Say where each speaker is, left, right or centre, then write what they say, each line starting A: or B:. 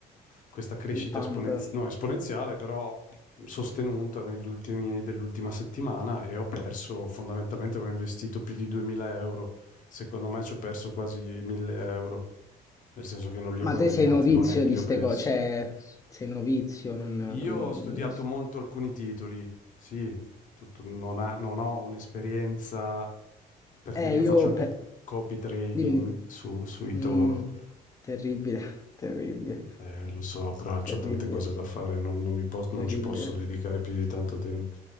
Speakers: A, on the left (about 50°); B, on the left (about 20°).
A: questa crescita
B: il pump.
A: esponenziale, no, esponenziale, però sostenuta negli ultimi, dell'ultima settimana e ho perso, fondamentalmente avevo investito più di 2000 euro, secondo me ci ho perso quasi 1000 euro, nel senso che non li ho
B: Ma
A: guadagnati,
B: te sei novizio
A: non è che
B: di
A: li
B: ste
A: ho persi.
B: cose, cioè sei novizio, non... non-
A: Io ho
B: non-
A: studiato
B: non s-
A: molto alcuni titoli, sì, tutto- non, ha- non ho un'esperienza, per
B: Eh,
A: dire,
B: io...
A: io faccio anche
B: pe-
A: copy trading
B: Dimmi, dimmi.
A: su, sui
B: Mm,
A: Toro,
B: terribile, <laughs> terribile,
A: Mm, eh, lo so, però ho
B: terribile,
A: tante cose da fare, non, non mi pos- non
B: terribile.
A: ci posso dedicare più di tanto tempo.